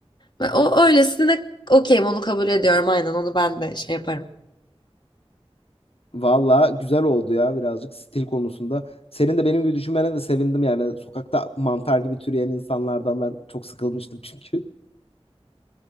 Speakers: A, on the left (about 45°); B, on the left (about 65°).
A: Ben O öylesine okeyim onu kabul ediyorum aynen onu ben de şey yaparım.
B: Valla güzel oldu ya birazcık stil konusunda. Senin de benim gibi düşünmene de sevindim yani. Sokakta mantar gibi türeyen insanlardan ben çok sıkılmıştım çünkü.